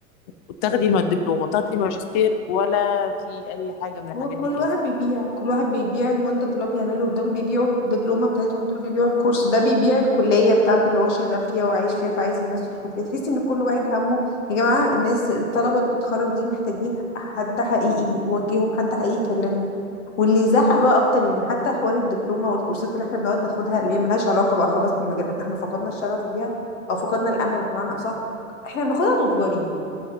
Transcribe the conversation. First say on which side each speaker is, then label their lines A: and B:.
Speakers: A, on the left; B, on the left.
A: وتاخدي الم- الدبلومه وتاخدي الماجستير ولا في اي حاجه من الحاجات
B: هو كل
A: دي
B: واحد بيبيع كل واحد بيبيع المنتج اللي هو بيعمله دول بيبيعوا الدبلومة بتاعتهم دول بيبيعوا الكورس ده بيبيع الكلية بتاعته اللي هو شغال فيها وعايش فيها فعايز الناس تدخل فيها تحس ان كل واحد همه يا جماعة الناس الطلبة اللي بتتخرج دي محتاجين حد حقيقي يوجههم حد حقيقي يكلمهم واللي يزعق بقى اكتر يعني حتى حوار الدبلومة والكورسات اللي احنا بنقعد ناخدها اللي هي ملهاش علاقة بقى خلاص بمجالاتنا احنا فقدنا الشغف بيها او فقدنا الامل بمعنى اصح احنا بناخدها مجبرين